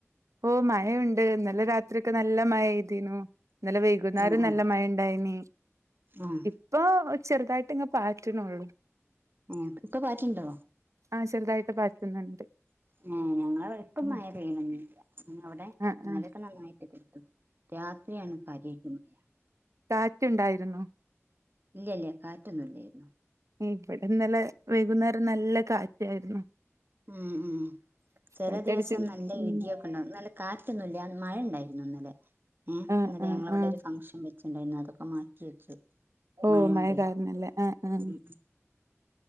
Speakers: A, on the right; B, on the right.
A: ഇപ്പം മഴുണ്ട് ഇന്നലെ രാത്രിഒക്കെ നല്ല മഴ പെയ്തിനു ഇനലെ വൈകുന്നേരം
B: ഉം ഉം
A: നല്ല മഴ ഉണ്ടായിനി
B: ആഹ്
A: ഇപ്പൊ ചെറുതായിട്ട് ഇങ് പാറ്റ്ണെള്ളു
B: ഏഇപ്പൊ പറ്റുണ്ടോ
A: ആഹ് ചെറുതായിട്ട് പാറ്റുന്നുണ്ട്
B: ഏ ഞങ്ങളെ ഇവിടെ ഇപ്പം
A: ഉം
B: മയ പെയ്യ്ണില്ല അവിടെ
A: ആഹ്
B: ഇന്നലൊക്കെ
A: ആഹ്
B: നന്നായിട്ട് പെയ്തു രാത്രിയാണ് കാര്യായിട്ട് മഴ
A: കാറ്റ് ഇണ്ടായിരുന്നോ?
B: ഇല്ല ഇല്ല കാറ്റൊന്നുംല്ലായിരുന്നു
A: ഉം ഇവിടെന്നല്ല വൈകുന്നേരം നല്ല കാറ്റ് ആയിരുന്നു
B: ഉം ഉം ചില
A: കാറ്റടിച്ച്
B: ദിവസം നല്ല
A: ഉം
B: ഇടിയൊക്കെ ഉണ്ടും നല്ല കാറ്റൊന്നുംല്ല മഴ ഉണ്ടായിരുന്നു ഇന്നല്ലെ ഏ
A: ആഹ്
B: ഇന്നല്ലെ
A: ആഹ്
B: ഞങ്ങളവിടെ
A: ആഹ്
B: ഒരു ഫംഗഷൻ വെച്ച ഇണ്ടായിരുന്നു അതൊക്കെ മാറ്റി വെച്ചു.
A: ഓ
B: മഴോണ്ടേ
A: മഴ കാരണല്ലേ ആഹ് ആഹ്
B: ഉം